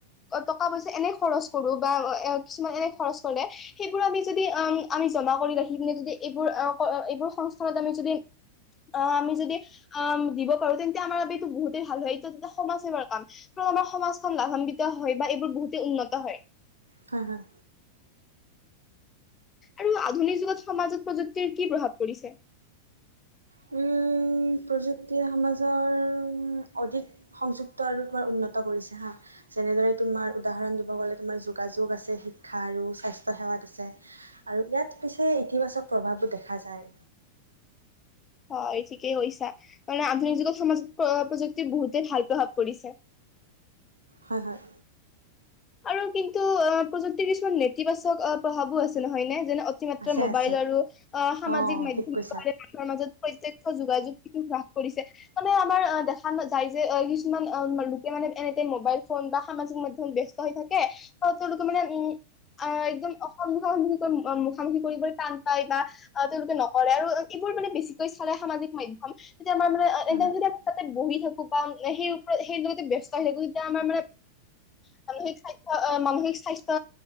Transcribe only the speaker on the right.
হয় হয়।
প্ৰযুক্তিয়ে সমাজৰ অধিক সংযুক্ত আৰু তোমাৰ উন্নত কৰিছে হা যেনেদৰে তোমাৰ উদাহৰণ দিব গ'লে তোমাৰ যোগাযোগ আছে, শিক্ষা আৰু স্বাস্থ্য সেৱাত আছে আৰু ইয়াত পিছে ইতিবাচক প্ৰভাৱো দেখা যায়।
হয় হয়।
আছে
আছে
অ
ঠিক কৈছা
হয়
হয়